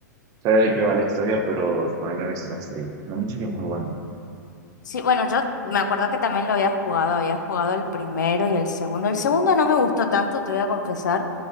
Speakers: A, on the right (about 35°); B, on the left (about 75°).
A: Sé de qué va la historia, pero no he visto la serie. La música es muy buena.
B: Sí, bueno, yo me acuerdo que también lo había jugado, había jugado el primero y el segundo. El segundo no me gustó tanto, te voy a confesar,